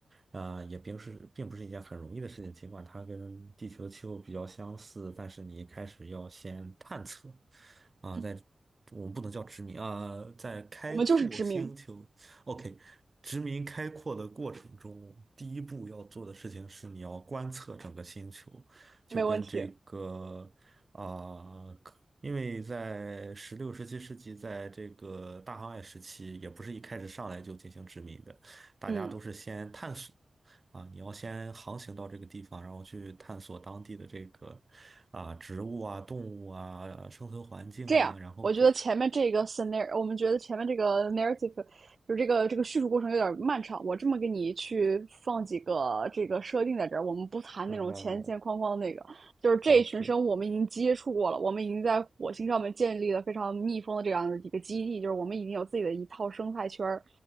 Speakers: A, on the right; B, on the right.
A: 啊、也并是并不是一件很容易的事情。尽管它跟地球的气候比较相似，但是你一开始要先探测，啊、
B: 嗯，
A: 在我们不能叫殖民啊、在开阔星球。
B: 我们就是知名，
A: OK，殖民开阔的过程中，第一步要做的事情是你要观测整个星球，就跟这个啊、
B: 没问题。
A: 可因为在十六、十七世纪，在这个大航海时期，也不是一开始上来就进行殖民的，大家都是先探索
B: 嗯，
A: 啊，你要先航行到这个地方，然后去探索当地的这个啊植物啊、动物啊、生存环境啊，
B: 这样，
A: 然后
B: 我觉得前面这个 scenario，我们觉得前面这个 narrative，就是这个这个叙述过程有点漫长。我这么给你去放几个这个设定在这儿，我们不谈那种前前框框的那个，
A: 嗯，嗯嗯
B: 就是这一群生物我们已经接触过了，
A: o k
B: 我们已经在火星上面建立了非常密封的这样的一个基地，就是我们已经有自己的一套生态圈儿。